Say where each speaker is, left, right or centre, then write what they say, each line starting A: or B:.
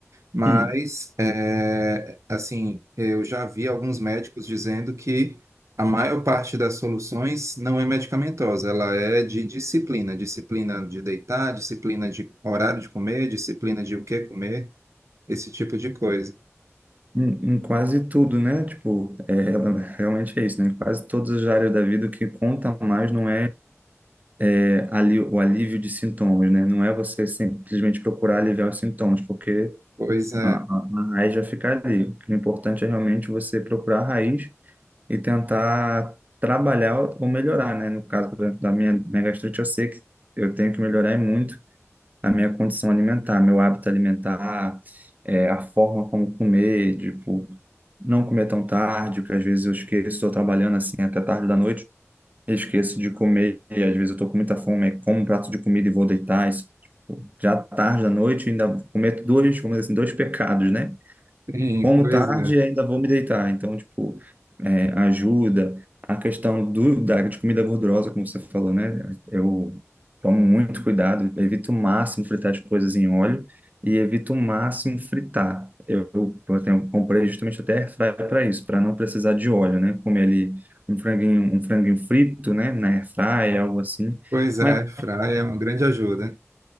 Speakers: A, on the right; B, on the right.
A: Mas,
B: Hum,
A: é, assim, eu já vi alguns médicos dizendo que a maior parte das soluções não é medicamentosa, ela é de disciplina, disciplina de deitar, disciplina de horário de comer, disciplina de o que comer, esse tipo de coisa.
B: Em, em quase tudo, né? Tipo, é, ela- realmente é isso, né? Em quase todas as áreas da vida, o que conta mais não é é ali, o alívio de sintomas, né? Não é você simplesmente procurar aliviar os sintomas, porque
A: Pois é,
B: A, a- a raiz vai ficar ali. O que é importante é realmente você procurar a raiz e tentar trabalhar ou melhorar, né? No caso, por exemplo, da minha, minha gastrite, eu sei que eu tenho que melhorar e muito a minha condição alimentar, meu hábito alimentar, é, a forma como comer, tipo, não comer tão tarde, porque às vezes eu esqueço, estou trabalhando assim até tarde da noite, eu esqueço de comer, e às vezes eu estou com muita fome, aí como um prato de comida e vou deitar, isso, tipo, já tarde da noite, ainda cometo dois, vamos dizer assim, dois pecados, né?
A: sim,
B: Como
A: pois
B: tarde,
A: é,
B: ainda vou me deitar. Então, tipo, é, ajuda. A questão do, da, de comida gordurosa, como você falou, né? Eu tomo muito cuidado, evito o máximo fritar as coisas em óleo e evito o máximo fritar. Eu, eu tenho, comprei justamente até airfryer para isso, para não precisar de óleo, né? Comer ali um franguinho, um franguinho frito, né? Na airfryer, algo assim.
A: pois
B: Mas
A: é, Fry é uma grande ajuda.